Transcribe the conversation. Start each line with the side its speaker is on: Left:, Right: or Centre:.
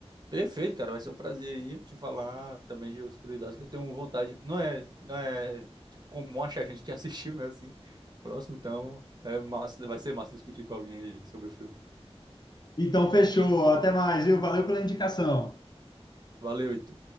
Right: Perfeito, cara. Vai ser um prazer aí te falar também de outras curiosidades que eu tenho vontade. Não é, não é tipo comum achar gente que <laughs> assistiu, né? Assim, próximo, então é massa, vai ser massa discutir com alguém aí sobre o filme.
Left: Então fechou, até mais, viu? Valeu pela indicação.
Right: Valeu, Ito.